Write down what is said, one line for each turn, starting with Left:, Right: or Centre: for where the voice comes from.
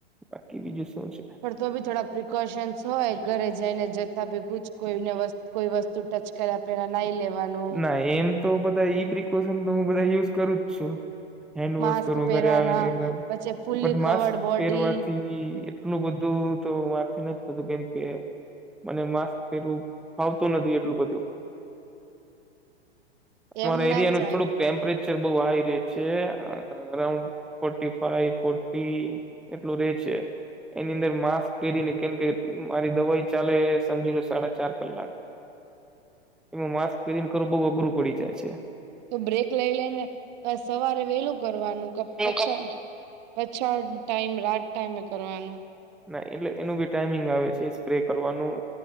Centre: બાકી બીજું શું છે.
Right: પણ તો બી થોડાક પ્રિકોશન્સ હોય ઘરે જઈને જતા ભેગું જ કોઈને વસ્તુ કોઈ વસ્તુ ટચ કર્યા પેલા નાહી લેવાનું
Centre: ના એમ તો બધા ઈ પ્રિકોશન તો હું બધા યુઝ કરું જ છું. હેન્ડ
Right: માસ્ક
Centre: વોશ કરવું
Right: પહેરવાના
Centre: ઘરે આવીને એકદમ
Right: પછી fully
Centre: but
Right: covered
Centre: mask
Right: body
Centre: પહેરવાથી થી એટલું બધું તો મારથી ન થતું કેમ કે મને માસ્ક પેરવું ફાવતું નથી એટલું બધું તમારા
Right: એમ
Centre: એરિયા
Right: ના
Centre: નું
Right: ચાલે
Centre: થોડું ટેમ્પરેચ ટેમ્પ્રેચર બહુ હાઈ રહે છે અરાઉન્ડ ફોર્ટિ ફાઇવ ફોર્ટિ એટલું રે છે. એની અંદર માસ્ક પહેરી ને કેમ કે મારી દવાઈ ચાલે સમજી લો સાડા ચાર કલાક એમાં માસ્ક પહેરીન કરવું બહુ અઘરું પડી જાય છે.
Right: તો બ્રેક લઈ લઈને સવારે વેહેલું કરવાનું કે પછા
Centre: છે
Right: પછાળ ટાઈમ રાત ટાઈમે કરવાનો
Centre: ના એટલે એનું બી ટાઈમિંગ આવે છે સ્પ્રે કરવાનું